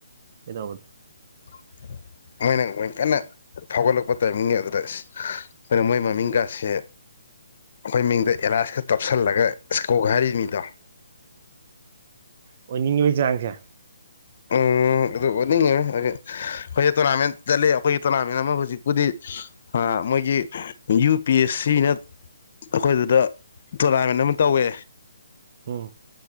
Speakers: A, on the right; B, on the left.
A: ꯄꯗꯥꯕꯗꯨ
B: <inaudible> ꯃꯣꯏꯅ ꯀꯟꯅ ꯐꯥꯎꯒꯠꯂꯛꯄ ꯇꯥꯏꯃꯤꯡꯅꯦ ꯑꯗꯨꯗ ꯑꯩꯈꯣꯏꯅ ꯃꯣꯏ ꯃꯃꯤꯡꯀꯥꯁꯦ ꯑꯩꯈꯣꯏ ꯃꯤꯡꯗ ꯑꯦꯂꯥꯏꯁꯀ ꯇꯞꯁꯜꯂꯒ ꯏꯁꯀꯣꯛ ꯍꯥꯏꯔꯤ ꯃꯤꯗꯣ
A: ꯑꯣꯏꯅꯤꯡꯉꯕꯩ ꯆꯥꯡ ꯁꯦ
B: ꯎꯝ ꯎꯝ ꯑꯗꯨ ꯑꯣꯠꯅꯤꯡꯉꯦ ꯑꯩꯈꯣꯏꯁ ꯇꯣꯔꯅꯥꯃꯦꯟ ꯆꯠꯂ ꯑꯩꯈꯣꯏꯒꯤ ꯇꯣꯔꯅꯥꯃꯦꯟ ꯑꯃ ꯍꯧꯖꯤꯛꯄꯨꯗꯤ ꯃꯣꯏꯒꯤ ꯌꯨ ꯄꯤ ꯑꯦꯁ ꯁꯤꯅ ꯑꯩꯈꯣꯏ ꯑꯗꯨꯗ ꯇꯣꯔꯅꯥꯃꯦꯟ ꯑꯃ ꯇꯧꯋꯦ
A: ꯎꯝ